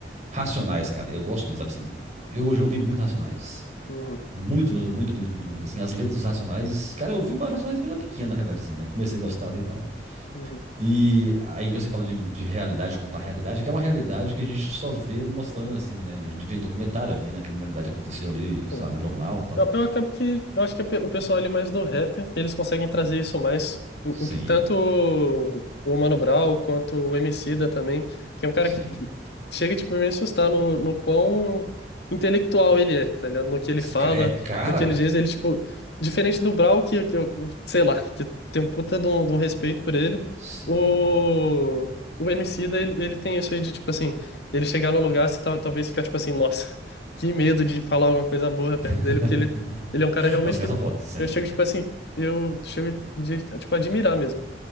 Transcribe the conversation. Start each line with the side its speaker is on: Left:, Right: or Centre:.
Right: Racionais, cara. Eu gosto muito, sabe assim? Eu já ouvi muito Racionais.
Left: uhum,
Right: Muito, muito, muito, muito, muito. Assim, as letras dos Racionais. Cara, eu ouvi mais Racionais quando era pequena, na realidade, assim, né? Comecei a gostar ali e tal.
Left: uhum,
Right: E aí você fala de, de realidade, contar realidade, que é uma realidade que a gente só vê mostrando, assim, né? A gente vê em documentário, vê na criminalidade que aconteceu ali, sei
Left: sim.
Right: lá, no jornal e tal.
Left: Eu, eu acabo que. Eu acho que o pessoal ali mais do rap, eles conseguem trazer isso mais. Em-
Right: Sim,
Left: em- Tanto o Mano Brown quanto o Emicida também, que é um cara
Right: sim.
Left: que t- chega, tipo, a me assustar no, no quão intelectual ele é, tá ligado? No que ele
Right: Se
Left: fala,
Right: ca- É, cara,
Left: no que ele diz, ele, tipo, diferente do Brown, que, que eu, sei lá, que tem um puta de um, de um respeito por ele,
Right: sim.
Left: o, o Emicida, ele, ele tem isso aí de, tipo, assim, ele chegar no lugar, você tal- talvez ficar, tipo assim, nossa que medo de falar alguma coisa burra perto
Right: <laughs>
Left: dele, porque ele, ele é um cara realmente
Right: Os caras
Left: que
Right: são foda, sim.
Left: eu chego, tipo assim, eu chego de, tipo, admirar mesmo.